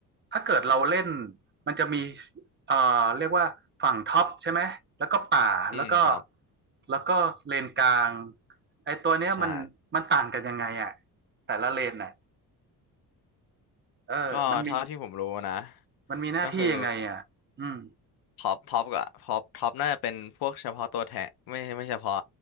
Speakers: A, on the right; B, on the left.
A: ถ้าเกิดเราเล่นมันจะมีเอ่อเรียกว่าฝั่งท็อปใช่ไหมแล้วก็ป่าแล้วก็
B: อืมครับ
A: แล้วก็เลนกลางไอตัวเนี้ยมันมันต่างกันยังไงอ่ะ
B: ใช่
A: แต่ละเลนน่ะเออมันมี
B: ก็เท่าที่ผมรู้นะ
A: มันมีหน้าที่ยังไงอ่ะอืม
B: ก็คือ ท็อปท็อปก็ท็อปท็อปน่าจะเป็นพวกเฉพาะตัวแทงไม่ไม่เฉพาะ